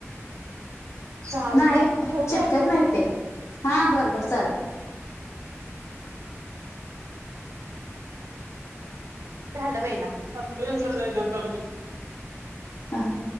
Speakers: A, on the right (about 75°); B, on the left (about 75°).
A: चालतंय
B: नाही
A: ठेवू
B: चिटकत
A: काय
B: नाहीत ते हा बर बर चालत.
A: झालं बाईना <unintelligible> महिला
B: हां हां.